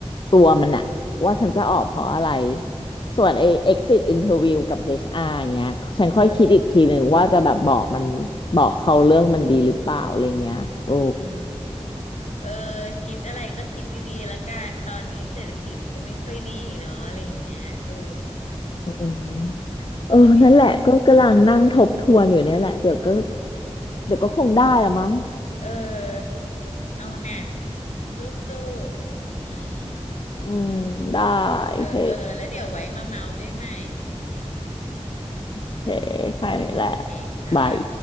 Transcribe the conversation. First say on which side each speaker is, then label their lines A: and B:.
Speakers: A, on the left; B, on the left.
A: ตัวมันอะว่าฉันจะออกเพราะอะไรส่วนไอ้ exit interview กับ HR อชอาร์อย่างเงี้ยฉันค่อยคิดอีกทีหนึ่งว่าจะแบบบอกมัน
B: เออ
A: บอกเขาเรื่องมันดีหรือเปล่าอะไรเงี้ยโอ้
B: อืมเออคิดอะไรก็คิดดีๆละกันตอนนี้เศรษฐกิจมันก็ไม่ค่อยดีเนาะอะไรอย่างเงี้ยเออ
A: อืมเออนั่นแหละก็กำลังนั่งทบทวนอยู่เนี่ยแหละเดี๋ยวก็
B: ก็เดี๋ยว
A: เดี๋ยวก็คงได้อะมั้ง
B: เออเอาน่ะสู้ๆอืม
A: อืมได้โอเค
B: เออเออแล้วเดี๋ยวไว้มาเมาด้วยใหม่
A: โอเค
B: เออเออโอเคจ้า
A: แค่นี้แหละบาย